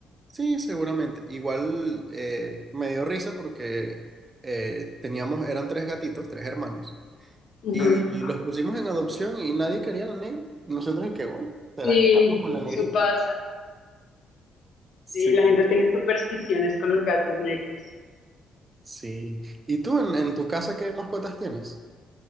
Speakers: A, on the right (about 30°); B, on the left (about 65°).
A: Sí, seguramente. Igual eh, me dio risa porque eh, teníamos, eran tres gatitos, tres hermanos,
B: Ujú.
A: y, y los pusimos en adopción y nadie quería la negra. Nosotros, que bueno, será
B: Sí,
A: que vamos con la negrita.
B: eso pasa.
A: Sí,
B: Sí, la gente tiene supersticiones con los gatos negros.
A: sí. ¿Y tú en, en tu casa qué mascotas tienes?